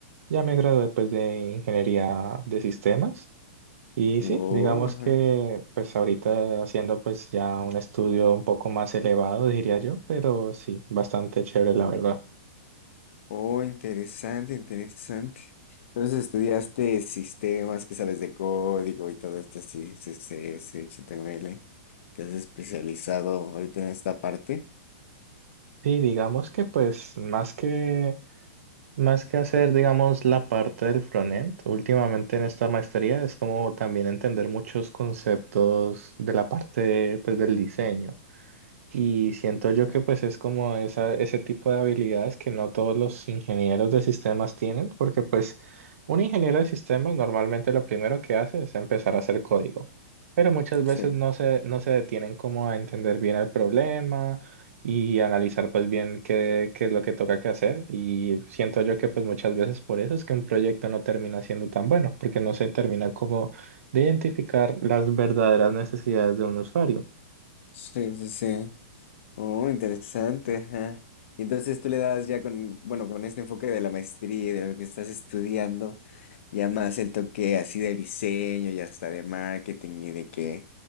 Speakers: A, on the right (about 70°); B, on the left (about 60°).
A: ya me gradué pues de ingeniería de sistemas. Y
B: Wow,
A: sí, digamos que pues ahorita haciendo pues ya un estudio un poco más elevado, diría yo, pero sí, bastante chévere la verdad.
B: Oh, interesante, interesante. Entonces estudiaste sistemas que sabes de código y todo esto, sí, C S S, H T M L Te has especializado ahorita en esta parte.
A: Sí, digamos que pues más que más que hacer digamos la parte del frontend, últimamente en esta maestría es como también entender muchos conceptos de la parte pues del diseño. Y siento
B: Ajá.
A: yo que pues es como esa, ese tipo de habilidades que no todos los ingenieros de sistemas tienen, porque pues un ingeniero de sistemas normalmente lo primero que hace es empezar a hacer código, pero muchas veces
B: Sí,
A: no se, no se detienen como a entender bien el problema y analizar pues bien qué, qué es lo que toca que hacer. Y siento yo que pues muchas veces por eso es que un proyecto no termina siendo tan bueno, porque no se termina como de identificar las verdaderas necesidades de un usuario.
B: sí, sí, sí. Oh, interesante, ajá. Y entonces tú le das ya con, bueno, con este enfoque de la maestría y de lo que estás estudiando, ya más el toque así de diseño y hasta de marketing y de que,